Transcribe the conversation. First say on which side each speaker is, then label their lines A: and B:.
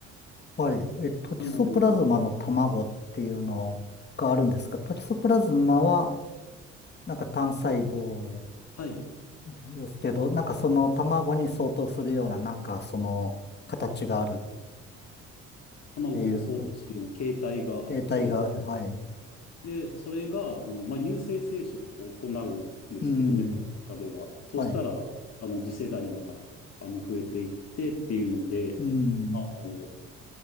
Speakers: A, on the left (about 30°); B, on the left (about 45°).
A: はい。え、トキソプラズマの卵っていうのがあるんですが、
B: なので、
A: トキソプラズマは、なんか単細胞
B: はい、
A: ですけど、なんかその卵に相当するような、なんかその形があるっ
B: 卵に相当するような形態があって、
A: ていう、形態が、はい。
B: で、それが、あの、まあ、有性生殖を行うんですけど、
A: うん。
B: 猫の中では。そうしたら、
A: はい。
B: あの、次世代のが、あの、増えていってっていうので、
A: うん。
B: あの、